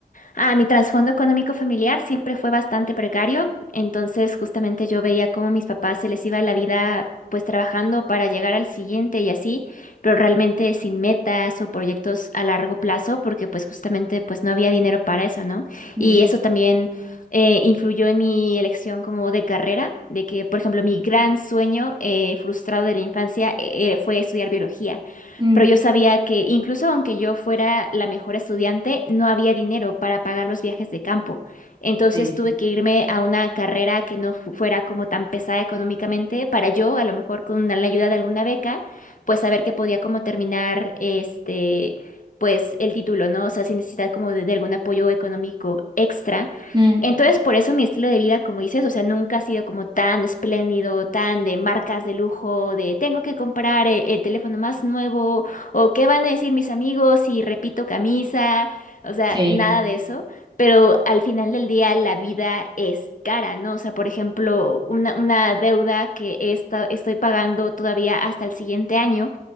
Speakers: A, on the left (about 50°); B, on the right (about 25°).
A: ah, mi trasfondo económico familiar siempre fue bastante precario, entonces justamente yo veía cómo a mis papás se les iba la vida pues trabajando para llegar al siguiente y así, pero realmente sin metas o proyectos a largo plazo porque pues justamente pues no había dinero para eso, ¿no?
B: Mm,
A: Y eso también eh, influyó en mi elección como de carrera, de que por ejemplo mi gran sueño eh, frustrado de la infancia eh, fue estudiar biología
B: mm,
A: pero yo sabía que incluso aunque yo fuera la mejor estudiante, no había dinero para pagar los viajes de campo. Entonces
B: Sí,
A: tuve que irme a una carrera que no fu- fuera como tan pesada económicamente para yo, a lo mejor con la ayuda de alguna beca, pues saber que podía como terminar este, pues el título, ¿no? O sea, sin necesidad como de, de algún apoyo económico extra.
B: mm,
A: Entonces, por eso mi estilo de vida, como dices, o sea, nunca ha sido como tan espléndido, tan de marcas de lujo, de tengo que comprar eh, el, teléfono más nuevo o qué van a decir mis amigos si repito camisa, o sea,
B: sí,
A: nada de eso. Pero al final del día la vida es cara, ¿no? O sea, por ejemplo, una, una deuda que esta- estoy pagando todavía hasta el siguiente año